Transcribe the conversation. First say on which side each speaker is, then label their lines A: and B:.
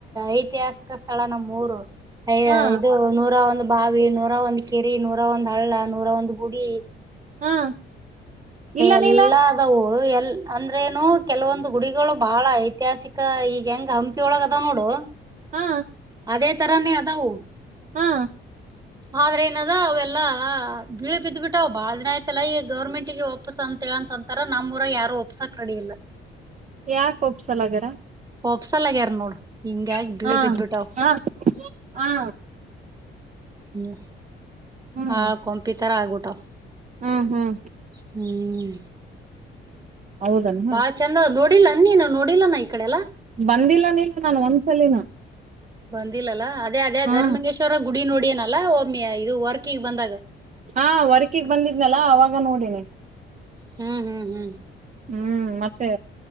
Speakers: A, on the right; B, on the right.
A: ಐತಿಹಾಸಿಕ ಕ ಸ್ಥಳ ನಮ್ಮೂರು ಅಯ
B: ಹಾ
A: ಇದು ನೂರ ಒಂದು ಬಾವಿ ನೂರ ಒಂದ್ ಕೆರಿ ನೂರ ಒಂದ್ ಹಳ್ಳ ನೂರ ಒಂದ್ ಗುಡಿ
B: ಹಾ ಇಲ್ಲ
A: ಎಲ್ಲಾ
B: ನೀಲ
A: ಅದವು ಅಂದ್ರೆೇನು ಕೆಲವೊಂದು ಗುಡಿಗಳು ಬಾಳ ಐತಿಹಾಸಿಕ ಈಗ ಹೆಂಗ್ ಹಂಪಿೊಳಗ ಅದ ನೋಡು
B: ಹಾ
A: ಅದೇ ತರಾನೇ ಅದವು
B: ಹಾ
A: ಆದ್ರೆ ನದ ಅವೆಲ್ಲಾ ಬಿೀಳು ಬಿದ್ ಬಿಿಟ್ಟ ಅವ್ ಬಾಳ ದಿನ ಆಯ್ತಲ್ಲ ಈಗ್ ಗವರ್ಮೆಂಟ್ಗೆ ಒಪ್ಸ ಅಂತ ಹೇಳಂತಂತಾರ ನಮ್ಮೂರಗ್ ಯಾರು ಒಪ್ಪಪ್ಸಾಕ್ ರೆಡಿ ಇಲ್ಲ
B: ಯಾಕ ಒಪ್ಸಲಗ್ಯಾರ
A: ಓಫಸ ಅಲ್ಲಗ್ಯರ್ ನೋಡು ಹಿಂಗಾಗಿ
B: <inaudible>
A: ಬೀಳ
B: ಹಾ
A: ಬಿದ್ಬಿಟ್ಟಾವ್
B: ಹಾ <inaudible> ಹಾ
A: ಹ್ಮ
B: ಹ್ಮ್
A: ಹಾಳ್ ಕೊಂಪಿತರ ಆಗ್ಬಿಟಾವ್
B: ಹ್ಮ್ ಹ್ಮ್
A: ಹ್ಮ್ <inaudible>
B: ಹೌದನ್
A: ಹ್ಮ ಬಾಳ ಚಂದದ್ ನೋಡಿಲ್ಲ ನನ್ನಿ ನಾ ನೋಡಿಲ್ಲ ನ ಈ ಕಡೆಲ್ಲ
B: ಬಂದಿಲ್ಲ ನೀನು ನಾನ್ ಒಂದ್ಸಲಿನ
A: ಬಂದಿಲ್ಲಲ್ಲ ಅೇ ಅದೇಧರ್ಮೇಶ್ವರ
B: ಹಾ
A: ಗುಡಿ ನೋಡಿ <unintelligible> ಒಮಿ ಇದು ವರ್ಕಿಗ್ ಬಂದಾಗ
B: ಹಾ ವರ್ಕಿಗ್ ಬಂದಿದ್ನಲ್ಲ ಅವಾಗ ನೋಡಿನಿ
A: ಹ್ಮ್ ಹ್ಮ್ ಹ್ಮ್
B: ಹ್ಮ್ ಮತ್ತೆ